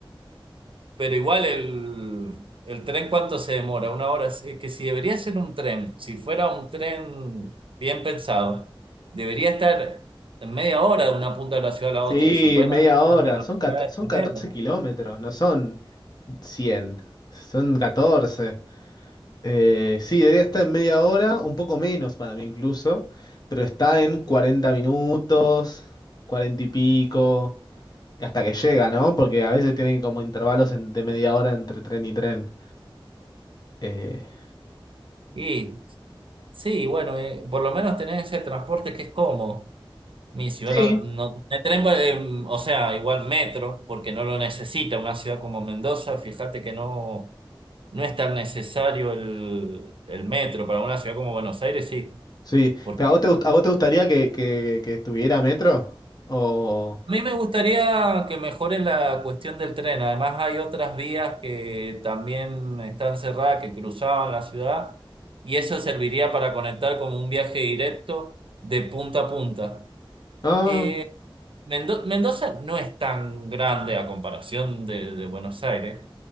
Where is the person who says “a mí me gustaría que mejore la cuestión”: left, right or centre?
Right